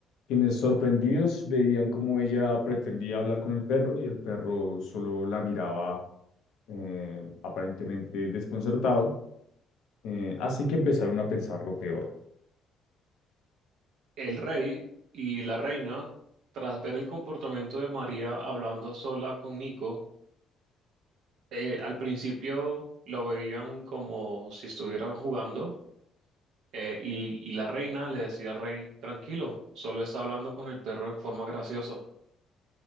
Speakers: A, on the left; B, on the right.
A: quienes sorprendidos veían cómo ella pretendía hablar con el perro y el perro solo la miraba eh, aparentemente desconcertado. eh, así que empezaron a pensar lo peor.
B: El rey y la reina, tras ver el comportamiento de María hablando sola con Nico, eh, al principio lo veían como si estuvieran jugando, eh, y, y la reina le decía al rey, tranquilo, solo está hablando con el perro en forma graciosa.